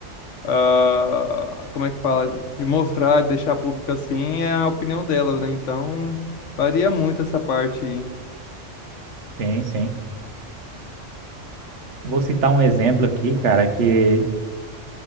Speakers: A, on the left (about 75°); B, on the right (about 70°).
A: ah, como é que fala? De mostrar, de deixar público, assim, é a opinião delas, né? Então, varia muito essa parte aí.
B: Sim, sim. Vou citar um exemplo aqui, cara, que